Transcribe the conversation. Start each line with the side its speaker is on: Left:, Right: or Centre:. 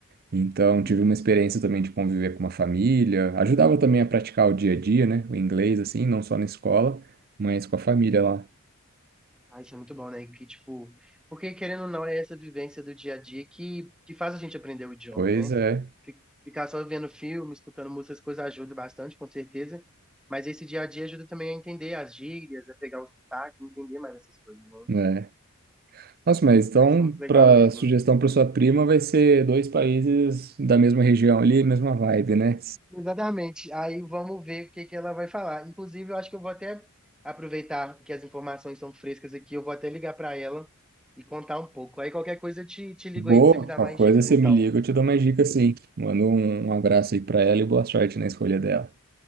Right: Então,
Centre: Uhum.
Right: tive uma experiência também de conviver com uma família, ajudava também a praticar o dia a dia, né? O inglês, assim, não só na escola, mas com a família lá.
Centre: Ah, isso é muito bom, né? Que, tipo, porque querendo ou não, é essa vivência do dia a dia que, que faz a gente aprender o idioma,
Right: Pois
Centre: né?
Right: é,
Centre: Fi- Ficar só vendo filme, escutando música, essas coisas ajuda bastante, com certeza. Mas esse dia a dia ajuda também a entender as gírias, a pegar o sotaque, entender mais essas coisas, né?
Right: né? Nossa, mas então,
Centre: Mas isso é muito legal
Right: para
Centre: mesmo.
Right: sugestão para sua prima, vai ser dois países da mesma região ali, mesma vibe, né?
Centre: Exatamente. Aí vamos ver o que que ela vai falar. Inclusive, eu acho que eu vou até aproveitar que as informações são frescas aqui, eu vou até ligar para ela e contar um pouco. Aí qualquer coisa eu te, te ligo
Right: Boa,
Centre: aí para você me dar
Right: qualquer
Centre: mais
Right: coisa
Centre: dicas
Right: você
Centre: então.
Right: me liga, eu te dou mais dicas sim. Manda um um abraço aí para ela e boa sorte na escolha dela.